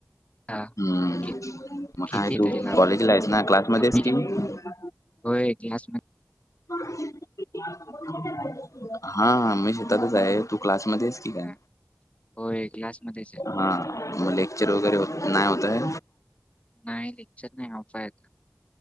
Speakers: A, on the left; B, on the left.
A: हा
B: हम्मं
A: कि-
B: मंग
A: किती
B: कायं
A: आहे
B: तू
A: तरी लाव
B: कॉलेजला आहेसं नां क्लासमध्यें
A: लावणी
B: आहेसं कि
A: किती होय की आस नाय.
B: <unintelligible> हा मी शेतातच आहे तू क्लासमध्ये आहेस. ठीक आहे.
A: हा. होय क्लासमध्येच आहे
B: हा मग लेक्चर वगैरे नाही होतंय?
A: नाही लेक्चर नाही ऑफ आहे आज.